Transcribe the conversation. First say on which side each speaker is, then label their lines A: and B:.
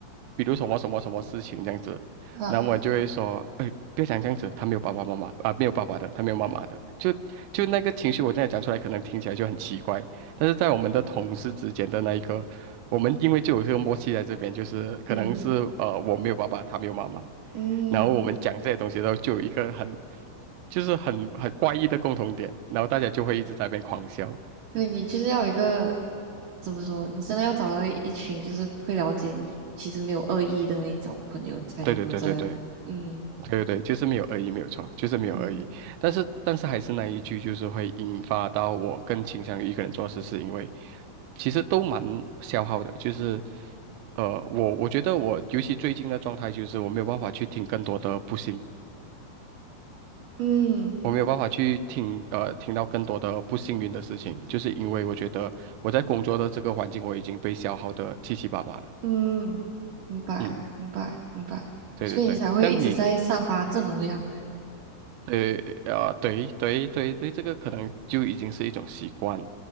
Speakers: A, on the right; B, on the right.
A: 比如什么什么什么事情这样子，
B: 好。
A: 然后我就会说，哎，不要讲这样子，他没有爸爸妈妈啊，没有爸爸的，他没有妈妈的，就就那个情绪，我现在讲出来可能听起来就很奇怪，但是在我们的同事之间的那一个，我们因为就有这个默契在这边，就是可能是呃我没有爸爸，
B: 嗯
A: 他没有妈妈，
B: 嗯
A: 然后我们讲这些东西的时候，就有一个很就是很很怪异的共同点，然后大家就会一直在那边狂笑。
B: 对你就是要有一个怎么说，你真的要找到一一群就是会了解你，其实没有恶意的那种朋友，你才能够这样。
A: 对对对对对。
B: 嗯，
A: 对对对，就是没有恶意，没有错，就是没有恶意。
B: 嗯
A: 但是，但是还是那一句，就是会引发到我更倾向于一个人做事，是因为其实都蛮消耗的。就是，呃，我我觉得我尤其最近的状态，就是我没有办法去听更多的不幸，
B: 嗯
A: 我没有办法去听呃听到更多的不幸运的事情，就是因为我觉得我在工作的这个环境，我已经被消耗的七七八八了。
B: 嗯明白，
A: 嗯，
B: 明白，明白。
A: 对对对。
B: 所以你才会一直在散发正能量。
A: 这样你对，啊，对对对对，这个可能就已经是一种习惯，